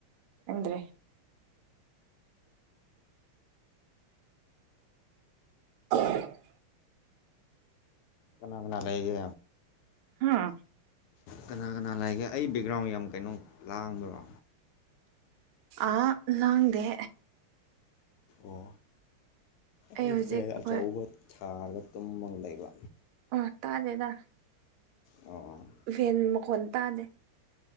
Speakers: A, on the right (about 80°); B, on the left (about 85°).
A: ꯈꯪꯗ꯭ꯔꯦ <unintelligible>
B: ꯀꯅꯥ ꯀꯅꯥ ꯂꯩꯒꯦ
A: ꯍꯝ
B: ꯀꯅꯥ ꯀꯅꯥ ꯂꯩꯒꯦ ꯑꯩ ꯕꯦꯛꯒ꯭ꯔꯥꯎꯟ ꯌꯥꯝ ꯀꯩꯅꯣ ꯂꯥꯡꯕ꯭ꯔꯣ
A: ꯑ ꯂꯥꯡꯗꯦ
B: ꯑꯣ ꯑꯩ
A: ꯍꯧꯖꯤꯛ
B: ꯐꯦꯟ ꯑꯆꯧꯕ
A: ꯍꯣꯏ
B: ꯊꯥꯔꯒ ꯇꯨꯝꯃ ꯂꯩꯕ
A: ꯑ ꯇꯥꯗꯦꯗ
B: ꯑꯣ ꯑ
A: ꯐꯦꯟ ꯃꯈꯣꯟ ꯇꯥꯗꯦ